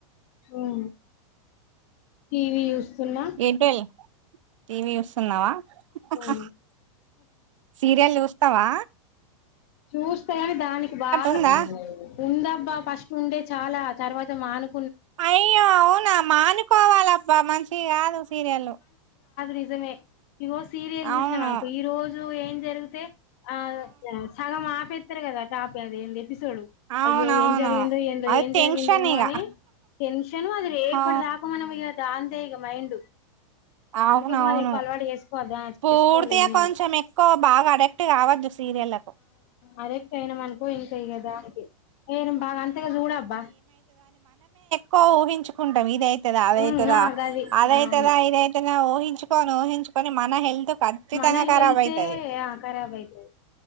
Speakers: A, on the left (about 25°); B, on the right (about 65°).
A: <unintelligible> టీవీ చూస్తున్నా
B: ఏటోల్ టీవీ చూస్తున్నావా హి
A: ఉమ్
B: హి సీరియల్ చూస్ స్తవా
A: చూస్తే దానికి బాగా
B: ఉందా
A: ఉందబ్బా ఫస్ట్ ఉండే చాలా తర్వాత మాను
B: అయ్యో అవునా మానుకోవాలబ్బా మంచియి కాదు సీరియల్
A: రీజనే ఇగో సీరియల్
B: అవును
A: చూసినావనుకో ఈ రోజు ఏం జరుగుతే ఆ స సగం ఆపేత్తరు కదా టాప దేందే పిస్
B: అవునవును
A: అయ్యో ఏం జరిగిందో ఏందో
B: అది
A: ఏం
B: టెన్షన్
A: జరిగిందేమో
B: ఇగ
A: అని టెన్షన్ అది రేపటి
B: ఆ
A: దాక మనం ఇగ తాందే ఇగ మైండ్ డ్
B: అవునవును
A: అందుకోసం అది ఎక్కువ అలవాటు చేసుకోవద్దు ఆ చేసుకోలే
B: పూర్తిగా
A: నేను
B: కొంచెం ఎక్కువ బాగా అడక్ట్ కావద్దు సీరియల కు
A: అరే చేయనాం అనుకో ఇంక ఇగ దానికి నేను బాగా అంతగా చూడబ్బా
B: కూ ఊహించుకుంటాం ఇదై తద అదైతద
A: ఉమ్ ఆ గది
B: అదైతద
A: అవును
B: ఇదైతద అని ఊహి చుకొని ఊహించుకొని మన హెల్త్ ఖచ్చితంగా
A: మన
B: ఖరాబ్
A: హెల్తే
B: అయితది
A: ఆ కరాబ్ అయితది